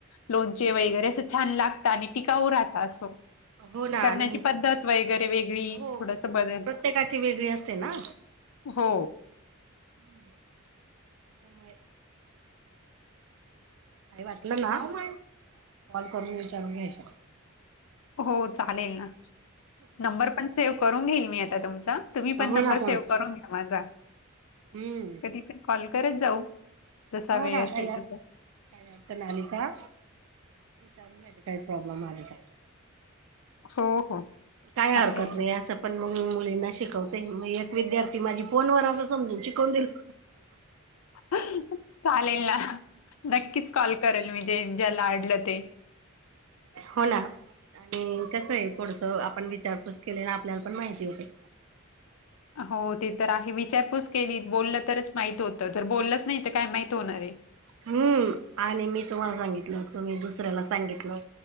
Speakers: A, on the left (about 80°); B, on the right (about 70°).
A: लोणचे वगैरे असं छान लागता आणि टीकाऊ राहता असं.
B: असतं. हो ना
A: करण्याची
B: आणि
A: पद्धत वगैरे वेगळी,
B: हो
A: थोडसं बदल.
B: प्रत्येकाची वेगळी असते ना
A: हो.
B: <inaudible> त्यामुळे काई वाटलं ना, <unintelligible> कॉल करून विचारून घ्यायचं
A: हो, चालेल ना, नंबर पण सेव करून घेईल मी आता तुमचा तुम्ही पण
B: हो
A: नंबर
B: ना हो
A: सेव
B: ना
A: करून घ्या माझा,
B: हम्म
A: कधी पण कॉल करत जाऊ जसा
B: हो
A: वेळ
B: ना,
A: असेल
B: काई काई
A: तसा
B: अडचण आली का, विचारून घ्यायचे काई प्रॉब्लेम आले का
A: हो हो
B: काय
A: चालेल
B: हरकत नई
A: ना
B: असं - पण मग मुलींना शिकवते. मग एक विद्यार्थी माझी फोन वर असं समजून शिकवून दिलं
A: चालेल ना, नक्कीच कॉल करल मी ते ज्याला अडलं ते.
B: हो ना, आणि कसं ए, थोडसं आपण विचारपूस केली ना आपल्याला पण माहिती होते.
A: हो, ते तर आहे. विचारपूस केली, बोललं तरच माहित होतं. जर बोललंच नाही तर काय माहित होणार ए?
B: हम्म, आणि मी तुम्हाला सागितलं तुम्ही दुसऱ्याला सागितलं